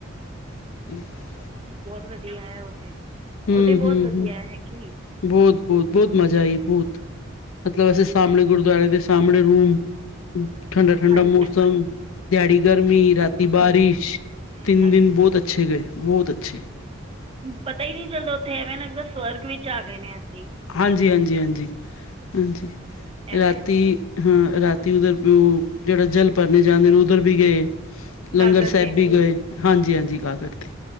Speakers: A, on the left (about 85°); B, on the right (about 25°).
A: <inaudible> ਹਮ।
B: ਬਹੁਤ ਵਧੀਆ ਹੈ ਉਹ ਤੇ
A: ਹੂੰ,
B: ਉਹ ਤੇ ਬਹੁਤ
A: ਹੂੰ,
B: ਵਧੀਆ
A: ਹੂੰ
B: ਹੈਗੀ।
A: ਬਹੁਤ ਬਹੁਤ ਬਹੁਤ ਮਜ਼ਾ ਆਈ ਬਹੁਤ ਮਤਲਬ ਅਸੀੇ ਸਾਹਮਣੇ ਗੁਰਦੁਆਰੇ ਦੇ ਸਾਹਮਣੇ ਰੂਮ ਠੰਡਾ ਠੰਡਾ
B: ਹਾਂਜੀ
A: ਮੌਸਮ ਦਿਹਾੜੀ ਗਰਮੀ ਰਾਤੀ ਬਾਰਿਸ਼
B: ਹੂੰ
A: ਤਿੰਨ ਦਿਨ
B: ਅੱਛਾ
A: ਬਹੁਤ ਅੱਛੇ ਗਏ ਬਹੁਤ ਅੱਛੇ
B: ਪਤਾ ਹੀ ਨਹੀਂ ਚੱਲਦਾ ਉੱਥੇ ਐਵੇਂ ਲੱਗਦਾ ਸਵਰਗਾ ਚ ਆ ਗਏ ਆ‌ ਅਸੀਂ।
A: ਹਾਂਜੀ ਹਾਂਜੀ ਹਾਂਜੀ ਹਾਂਜੀ
B: ਐਵੇਂ
A: ਰਾਤੀ ਹਾਂ ਰਾਤੀ ਉਧਰ ਉਹ ਜਿਹੜਾ ਜਲ ਭਰਨ ਜਾਂਦੇ ਨੇ ਉੱਧਰ ਵੀ ਗਏ। ਲੰਗਰ
B: ਗਾਗਰ
A: ਸਾਹਿਬ
B: 'ਤੇ
A: ਵੀ ਗਏ ਹਾਂਜੀ ਹਾਂਜੀ ਕਾਗਰ ਤੇ